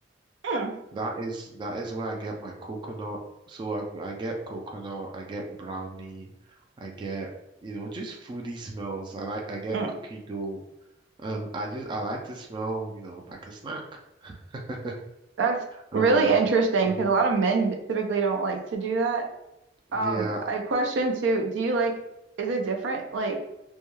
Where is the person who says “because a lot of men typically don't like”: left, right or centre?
Right